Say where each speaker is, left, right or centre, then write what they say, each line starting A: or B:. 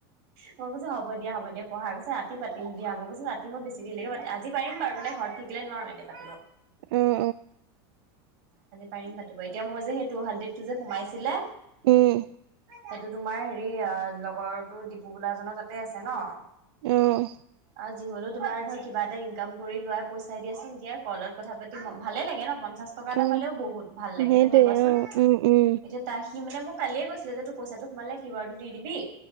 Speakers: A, on the right (about 45°); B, on the right (about 80°).
A: মই কৈছ হ'ব দিয়া হ'ব দিয়া পঢ়া কৈছে ৰাতি পাতি। দিয়া মই কচোন ৰাতি মই বছি দেৰিলেকে পাতি আজি পাৰিম বাৰু এনেই ঘৰত থাকিলে নোৱাৰো এনে। <inaudible>
B: অ', অ',
A: পাৰি পাতিব এতিয়া মই যে সেই টু হাড্ৰেড টো যে সোমাইছিলে।
B: উম।
A: সেইটো তোমাৰ হেৰি অ লগৰটো ডিপু বোলাজনৰ তাতে আছে ন।
B: উম।
A: আৰু যিহলেও তোমাৰ ধৰ কিবা এটা ইনকাম কৰি লোৱা পইচায় দিয়াচোন এতিয়া কলত কথা পাতি ল ভালে লাগে ন অকন। পঞ্চাছ টকা এটা
B: অ'।
A: পালেও বহুত ভাল লাগে
B: সেইটোয়ে
A: হয় নে নাই কোৱাচোন
B: অ', উম, উম,
A: এতিয়া। তাৰ সি মানে মোক কালিয়ে কৈছিলে যে তোৰ পইচাটো সোমালে কিউ আৰটো দি দিবি।